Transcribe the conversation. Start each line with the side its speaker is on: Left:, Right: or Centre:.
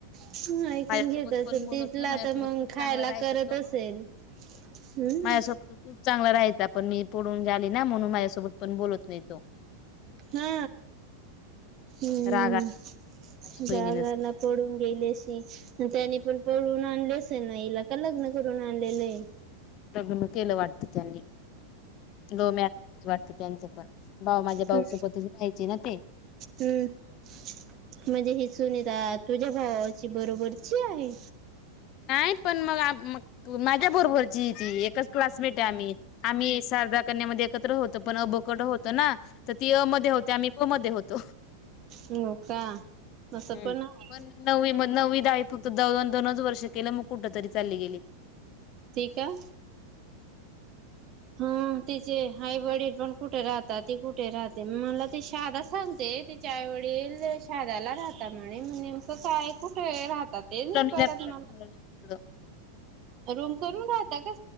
Right: ह ऐकून
Left: माझ्यासोबत
Right: घेत असेल
Left: पण बोलत
Right: तिथला
Left: नाही माझ्यासोबत
Right: तर मग
Left: खूप
Right: खायला
Left: चांगला राहायचा
Right: करत असेल हम्....
Left: शेवटी खूप चांगला राह पण मी पडून गली ना म्हणून माझ्यासोबत... पण बोलत नाही तो....
Right: हा हम्म
Left: राग आला माझी बहिणीन
Right: जागाला पडून गेले त्यानी पण पळून आणलेस आहे ना हिला का लग्न करून आणलेलं आहे...
Left: लग्न केलं वाटतं त्यांनी लव मॅरेज वाटत त्यांचं पण... भाऊ माझ्या भाऊ
Right: ह
Left: सोबतच राहायचे ना ते
Right: हम्म म्हजे हिसून येत..... तुझ्या भावाची बरोबरची आहे.
Left: नाही पण म माझ्या बरोबरची ती एकच क्लासमेट आम्ही आम्ही... कन्यामध्ये एकत्र होत पण अ बकड होत ना तर ती अ मध्ये होती आम्ही प मध्ये होतो...
Right: हो का असं
Left: ह
Right: आहे
Left: पण नववी मग नववी दवी फक्त द दोन दोनच वर्ष... केला मग कुठ तरी चालली गेली...
Right: ती का हा तिचे आई वडील पण कुठे राहतात ती कुठे राहते मला ती शादा सांगते. तिच्या वडील शादाला राहतात म्हणे नेमकं काय कुठंय राह.. ते नहीं
Left: लोणीला
Right: कळत
Left: राहतात
Right: मला
Left: तिकडं
Right: रूम करून राहता का?